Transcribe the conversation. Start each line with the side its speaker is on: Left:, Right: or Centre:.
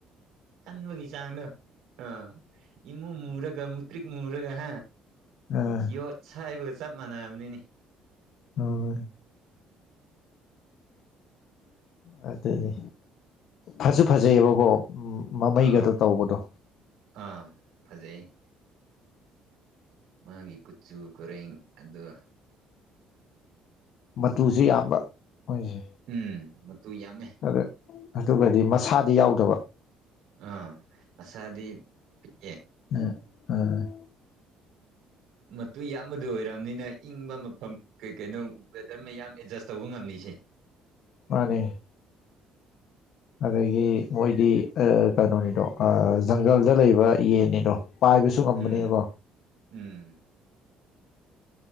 Right: ꯀꯟꯕꯒꯤ ꯆꯥꯡꯗꯣ ꯑꯥ ꯏꯃꯨ ꯃꯨꯔꯒ ꯃꯨꯇ꯭ꯔꯤꯛ ꯃꯨꯔꯒ ꯍꯥ
Left: ꯑꯥ
Right: ꯌꯣꯠ ꯁꯥꯏꯕꯒ ꯆꯞ ꯃꯥꯟꯅꯕꯅꯤꯅꯦ
Left: ꯍꯣꯏ <unintelligible> ꯑꯗꯨꯅꯤ ꯐꯁꯨ ꯐꯖꯩꯑꯦꯕꯀꯣ ꯃꯃꯩꯒꯗꯣ
Right: ꯑꯥ
Left: ꯇꯧꯕꯗꯣ
Right: ꯑꯥ ꯐꯖꯩ ꯃꯥꯒꯤ ꯀꯨꯆꯨ ꯀꯨꯔꯦꯡ ꯑꯗꯨ
Left: ꯃꯇꯨꯁꯨ ꯌꯥꯝꯕ ꯃꯣꯏꯁꯦ
Right: ꯎꯝ ꯃꯇꯨ ꯌꯥꯝꯃꯦ
Left: ꯑ ꯑꯗꯨꯒꯗꯤ ꯃꯁꯥꯗꯤ ꯌꯥꯎꯗꯕ
Right: ꯑꯥ ꯃꯁꯥꯗꯤ ꯄꯤꯛꯑꯦ
Left: ꯑ ꯑ
Right: ꯃꯇꯨ ꯌꯥꯝꯕꯗꯨ ꯑꯣꯏꯔꯝꯅꯤꯅ ꯏꯪꯕ ꯃꯐꯝ ꯀꯩ ꯀꯩꯅꯣ ꯋꯦꯗꯔ ꯃꯌꯥꯝ ꯑꯦꯗꯖꯁ ꯇꯧꯕ ꯉꯝꯃꯤꯁꯦ
Left: ꯃꯥꯅꯦ ꯑꯗꯒꯤ ꯃꯣꯏꯗꯤ ꯑ ꯀꯩꯅꯣꯅꯤꯗꯣ ꯖꯪꯒꯜꯗ ꯂꯩꯕ ꯌꯦꯟꯅꯤꯗꯣ ꯄꯥꯏꯕꯁꯨ ꯉꯝꯕꯅꯤꯕꯣ
Right: ꯎꯝ ꯎꯝ